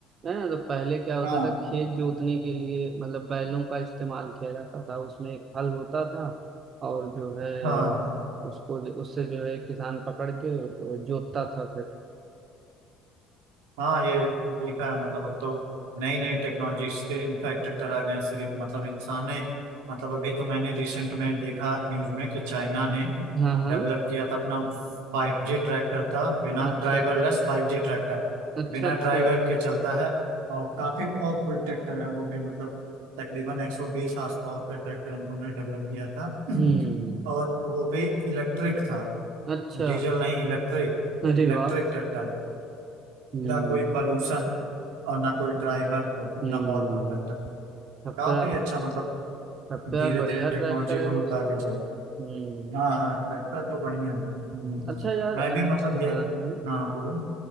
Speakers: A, on the right; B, on the right.
A: है ना तो पहले क्या होता
B: हाँ
A: था खेत जोतने के लिए मतलब बैलों का इस्तेमाल किया जाता था उसमें एक हल होता था और जो है
B: हाँ
A: उसको उससे जो है किसान पकड़ के अ, जोतता था फिर
B: हाँ ये देखा है मतलब अब तो नई नई टेक्नोलॉजीज के इनफैक्ट ट्रैक्टर आ गए हैं सिर्फ मतलब इंसान ने मतलब अभी तो मैंने रिसेंट में देखा न्यूज में कि चाइना ने
A: हाँ हाँ
B: डेवलप किया था अपना फाइव जी ट्रैक्टर था बिना
A: अच्छा
B: ड्राइवरलेस
A: अच्छा
B: फाइव जी ट्रैक्टर
A: अच्छा
B: बिना
A: अच्छा
B: ड्राइवर के चलता है और काफी पावरफुल ट्रैक्टर है वो भी मतलब तकरीबन 120 हॉर्स पावर का ट्रैक्टर उन्होंने डेवलप किया था <clears throat>
A: हम्म
B: और वो भी इलेक्ट्रिक था
A: अच्छा
B: डीजल नहीं इलेक्ट्रिक
A: अरे
B: Electric
A: वाह
B: tractor
A: हम्म
B: ना कोई पॉल्यूशन और ना कोई ड्राइवर और कितना
A: हम्म
B: पावरफुल ट्रैक्टर
A: अब
B: काफी
A: तो यार
B: अच्छा मतलब
A: अब तो
B: धीरे
A: यार बढ़िया
B: धीरे टेक्नोलॉजी
A: ट्रैक्टर है
B: बहुत
A: दोस्त
B: आगे चल
A: हम्म
B: हाँ हाँ ट्रैक्टर तो बढ़िया है हम्म।
A: हम्म, अच्छा यार
B: मैं
A: अ,
B: भी मतलब ये
A: हाँ हाँ
B: हाँ बोलिए